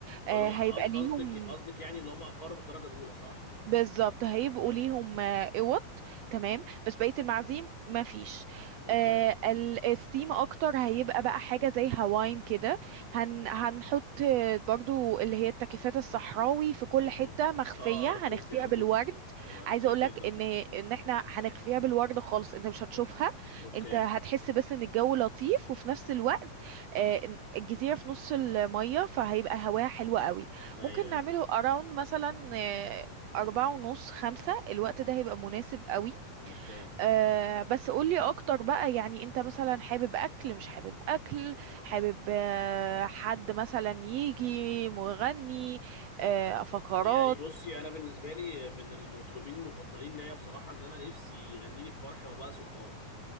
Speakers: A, on the left (about 25°); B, on the right (about 80°).
A: آه،
B: آه
A: اللي هو
B: هيبقى
A: قص-
B: ليهم
A: قصدك قصدك يعني اللي هم اقارب الدرجه الاولى صح
B: بالظبط هيبقوا
A: اوكي
B: ليهم آه، اوض تمام بس بقيه المعازيم ما فيش
A: اوكي
B: آه ال- الثيم اكتر هيبقى بقى حاجه زي هواين كده هن هنحط آه، برضو اللي هي التكييفات الصحراوي في كل
A: مه.
B: حته مخفيه
A: اه ارجوك
B: هنخفيها
A: يا ارجوك
B: بالورد
A: هيبقى لطيف
B: عايزه اقول
A: جدا
B: لك ان
A: فعلا
B: ان احنا هنخفيها بالورد خالص انت مش هتشوفها
A: اوكي
B: انت هتحس بس ان الجو لطيف وفي نفس الوقت آه، الجزيره في نص الميه فهيبقى هواها حلو قوي
A: ايوه
B: ممكن
A: ايوه
B: نعمله اراوند مثلا آه، أربعة ونص خمسة الوقت ده هيبقى مناسب قوي
A: اوكي
B: أه بس قولي أكتر بقى يعني أنت مثلا حابب أكل مش حابب أكل حابب آه، حد مثلا يجي مغني أه فقرات
A: يعني بصي انا بالنسبه لي من المطربين المفضلين ليا بصراحه ان انا نفسي يغني لي في فرحي وباء سلطان